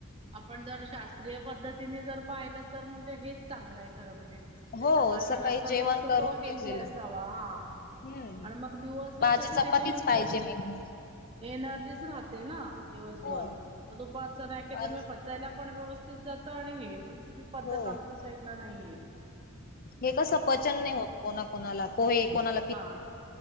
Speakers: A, on the right; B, on the left.
A: आपण जर शास्त्रीय पद्धतीने जर पाहिलत तर म्हणजे हेच चांगलं आहे खर म्हणजे म्हणजे
B: हो
A: सकाळचा
B: सकाळी
A: नाश्ता
B: जेवण
A: जो असतो
B: करून
A: तो हेल्दी
B: घेतलेलं
A: असावा हा
B: हम्म
A: आणि मग दिवसभर
B: भाजी
A: कसे
B: चपातीच
A: त्याच्याने ते
B: पाहिजे मेन म्हणजे
A: एनर्जीच राहते ना दिवसभर दुपारच अखेर तर म पचायला
B: हो
A: पण व्यवस्थित जात आणिघभंथूथवो ऋवभिनैसिऐबसननस सनशसिऋदिफिनधनिसिशधधिन नि
B: आणि
A: इऐइईषनससि नैध्धिऐं इधनंलघ्निघघधस झघश हे पण तीमि पद्धत आमच्या साईड ला नाही आहेधै
B: हो
A: नडीहड तीमि आहे जॅ इऋ, ऋड बसड, निडी
B: हे कसं पचन नाही होत कोणा कोणाला पोहे कोणाला पी
A: हा